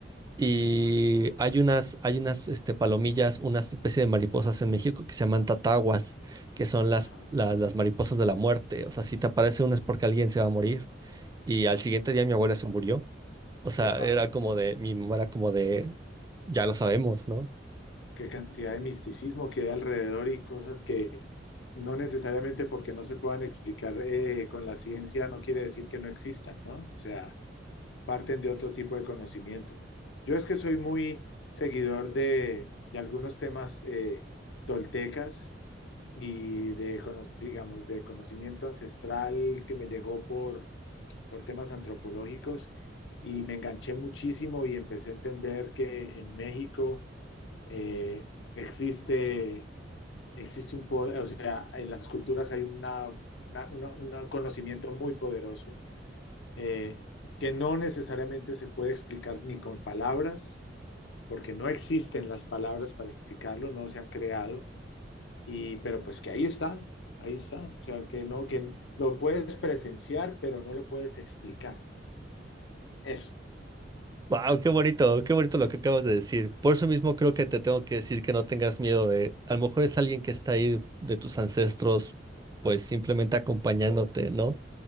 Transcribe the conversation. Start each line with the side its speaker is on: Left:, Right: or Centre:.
Right: Y hay unas, hay unas este, palomillas, una especie de mariposas en México que se llaman tataguas, que son las,
Left: Ajá.
Right: la- las mariposas de la muerte. O sea, si te aparece una es porque alguien se va a morir. Y al siguiente día mi abuela se murió. O sea,
Left: Epa.
Right: era como de, mi mamá era como de, ya lo sabemos, ¿no?
Left: qué cantidad de misticismo que hay alrededor y cosas que no necesariamente porque no se puedan explicar eh, con la ciencia no quiere decir que no existan, ¿no? O sea, parten de otro tipo de conocimiento. Yo es que soy muy seguidor de, de algunos temas eh, toltecas y de, cono- digamos, de conocimiento ancestral que me llegó por, por temas antropológicos y me enganché muchísimo y empecé a entender que en México eh, existe, existe un poder, o sea, en las culturas hay una, una- una- un conocimiento muy poderoso eh, que no necesariamente se puede explicar ni con palabras, porque no existen las palabras para explicarlo, no se han creado, y, pero pues que ahí está, ahí está, o sea, que no, que lo puedes presenciar, pero no lo puedes explicar. Eso,
Right: Wow, qué bonito, qué bonito lo que acabas de decir. Por eso mismo creo que te tengo que decir que no tengas miedo de, a lo mejor es alguien que está ahí de tus ancestros, pues simplemente acompañándote, ¿no?